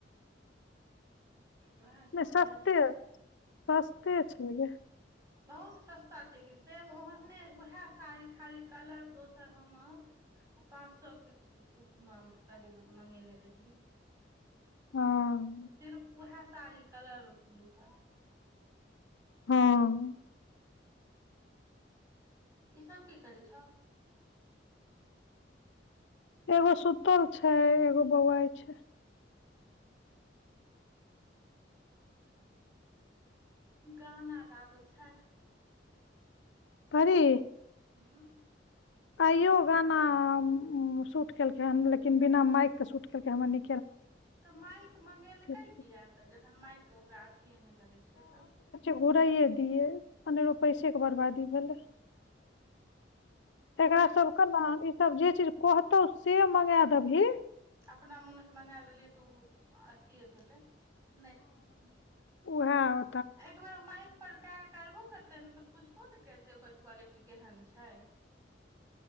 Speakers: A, on the right; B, on the left.
A: उएह सभ
B: नै सस्ते,
A: भरि दु
B: सस्ते छै गे।
A: बहुत सस्ता छैक कि सेम ओहने उएह साड़ी खाली कलर दोसर हम पाँच सए केँ करीब मंगेने रहिए
B: हँ
A: सिर्फ उएह साड़ी कलर दूटा
B: हँ
A: ईसभ की करै छह
B: एगो सुूतल छै एगो बौआइ छै
A: गाना गाबै छै
B: परी
A: हुँ
B: आइयो गाना हुँ म शूट केलकै ह लेकिन बिना माइकके शूट केलकै हमर न
A: तऽ माायक मंगेलकय
B: छै।
A: किएक तऽ जखन माइककेँ ओकरा अथिए नहि करयके छै तऽ
B: घुराइे दियए अनेरो पैसे के बर्बादी भेले एकरा
A: माइक
B: सबके ने ईसभ जे चीज कहतौ से मंगा देबही
A: अपना मोनसँ मंगा देलियै तऽ ओ अथिए भेलै नहि
B: उएहा
A: एक बेेर माइक पर कए के करबो करत तऽ बुझबो ने करते ओकर क्वालिटी केहन छै